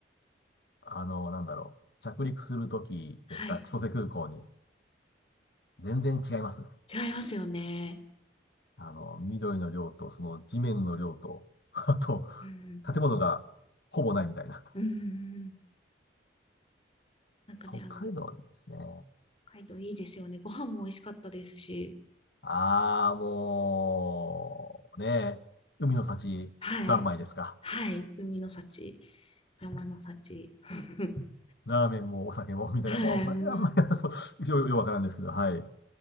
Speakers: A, on the left; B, on the left.
A: あの、なんだろう。着陸するときですか、
B: はい。
A: 千歳空港に。全然違いますね。
B: 違いますよね。
A: あの、緑の量と、その地面の量と、<laughs> あと、
B: うん。
A: 建物がほぼないみたいな。
B: うん。なんかね、あの、
A: 北海道はいいですね。
B: 北海道いいですよね。ご飯も美味しかったですし。
A: ああ、もう、ねえ、海の幸、
B: はい。
A: 三昧ですか。
B: はい。海の幸、山の幸。<laughs>
A: ラーメンもお酒も、みたいな。
B: はい。
A: もうお酒はあんまり、
B: うん。
A: <laughs> そう、よ、よくわからんですけど、はい。